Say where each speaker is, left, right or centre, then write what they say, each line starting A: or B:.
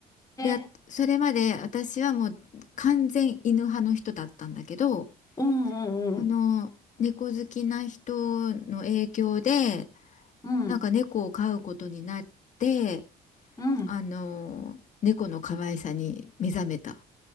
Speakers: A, on the left; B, on the left.
A: で、あそれまで私はもう完全犬派の人だったんだけど、
B: え。うんうん
A: その猫好きな人の影響で、
B: うん。うん。
A: なんか猫を飼うことになって、
B: うん。
A: あのー猫の可愛さに目覚めた。